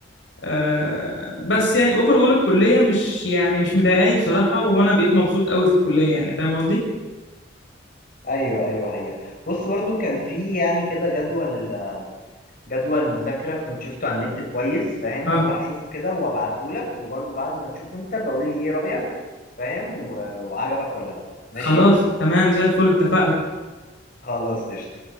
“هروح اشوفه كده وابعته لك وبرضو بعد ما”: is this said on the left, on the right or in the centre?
Left